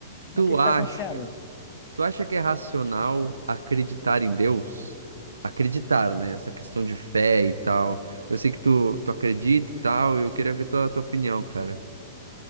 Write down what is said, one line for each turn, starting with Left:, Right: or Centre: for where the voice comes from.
Left: Mas
Right: Tu
Left: O que que
Right: acha,
Left: tá acontecendo?
Right: tu acha que é racional acreditar em Deus? Acreditar, né? Essa questão de fé e tal. Eu sei que tu, tu acredita e tal, e eu queria ver tua, tua opinião, cara.